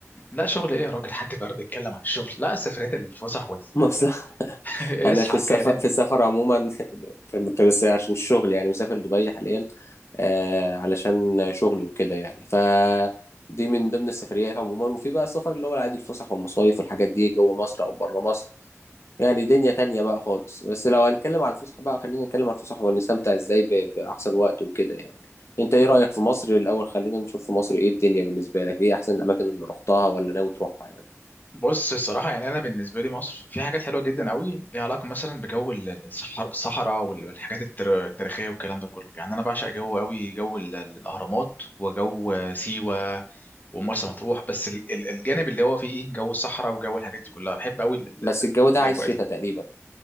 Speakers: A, on the left (about 35°); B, on the left (about 60°).
A: لا شغل ايه يا راجل <laughs> حد برضه يتكلم عن الشغل لا السفريات الفسح وال
B: ما اصل <laughs>
A: ال-
B: انا
A: <laughs> اصحى
B: في السفر
A: كلام
B: في السفر عموما <laughs> في- بس عشان الشغل يعني مسافر دبي حاليا آه علشان شغلي وكده يعني ف دي من ضمن السفريات عموما وفي بقى السفر اللي هو العادي الفسح والمصايف والحاجات دي جوه مصر او بره مصر يعني دنيا تانية بقى خالص بس لو هنتكلم على الفسح بقى خلينا نتكلم على الفسح ونستمتع ازاي ب- بأحسن وقت وكده يعني انت ايه رأيك في مصر الأول خلينا نشوف في مصر ايه الدنيا بالنسبة لك ايه أحسن الأماكن اللي رحتها ولا ناوي تروحها يعني
A: بص الصراحه يعني انا بالنسبه لي مصر في حاجات حلوه جدا قوي ليها علاقه مثلا بجو ال- الصحر- الصحراء وال- والحاجات التر- التاريخيه والكلام ده كله يعني انا بعشق جو قوي جو ال- ال- الاهرامات وجو سيوه ومرسى مطروح بس ال- ال- الجانب اللي هو فيه ايه جو الصحراء وجو الحاجات دي كلها بحب قوي
B: بس الجو ده
A: الاجواء
B: عايز شتاء
A: دي
B: تقريبا